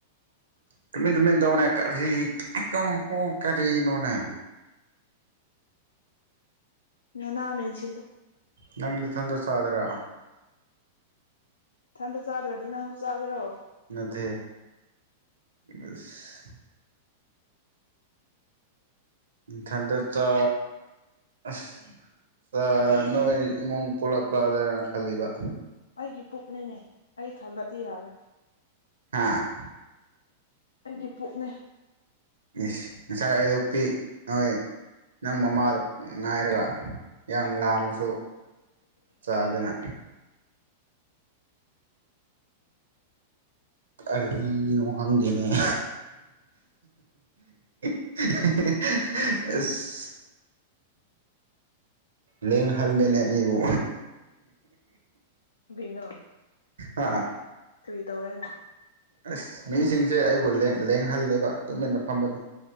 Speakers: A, on the right; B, on the left.
A: ꯇꯨꯃꯤꯟ ꯇꯧꯃꯤꯟ ꯇꯧꯑꫭꯅ‌ꯦ ꯀꯔꯤ ꯀꯣꯡ ꯀꯣꯡ ꯀꯔꯤꯅꯅꯅꯦ
B: ꯅꯅꯥ ꯃꯦꯟꯁꯟꯂꯨ
A: ꯅꯪ ꯅꯊꯟꯗ ꯆꯥꯗꫭꯏꯔ
B: ꯊꯟꯗ ꯆꯥꯗ꯭ꯔꯗꯤ ꯅꯪꯁꯨ ꯆꯥꯒꯦꯔꯣ
A: ꯅꯠꯇꯦ ꯑꯁ ꯅꯊꯟꯗ ꯆꯥ ꯑꯁ ꯆꯥꯛ ꯅꯣꯏ ꯏꯃꯨꯡ ꯄꯨꯂꯞ ꯆꯥꯗꫭꯏꯔꯥꯅ ꯈꯜꯂꯤꯕ
B: ꯑꯩꯒꯤ ꯄꯨꯛꯅꯤꯅꯦ ꯑꯩ ꯊꯜꯂꯗꯤ ꯌꯥꯔꯦ
A: ꯑꯥꯡ
B: ꯑꯩꯒꯤ ꯄꯨꯛꯅꯦ
A: ꯏꯁ ꯉꯁꯥꯏ ꯑꯌꯨꯛꯇꯤ ꯅꯣꯏ ꯅꯪ ꯃꯃꯥꯗ ꯉꯥꯏꯔꯒ ꯌꯥꯝ ꯂꯥꯝꯃꯁꯨ ꯆꯥꯗꯅ ꯀꯔꯤꯅꫭ ꯈꯪꯗ‌ꯦꯅ‌ꯦ <unintelligible> ꯑꯁ ꯂꯦꯡ ꯍꯜꯂ‌ꯦꯅꯦ ꯑꯩꯕꯨ
B: ꯀꯩꯅꯣ
A: ꯑꯥ
B: ꯀꯔꯤ ꯇꯧꯔꯤꯅꫭ
A: ꯑꯁ ꯃꯤꯁꯤꯡꯁꯦ ꯑꯩꯕꯨ ꯂ‌ꯦꯡ ꯂꯦꯡꯍꯜꯂꯦꯕ ꯇꯨꯃꯤꯟꯅ ꯐꯝꯕꯗꯣ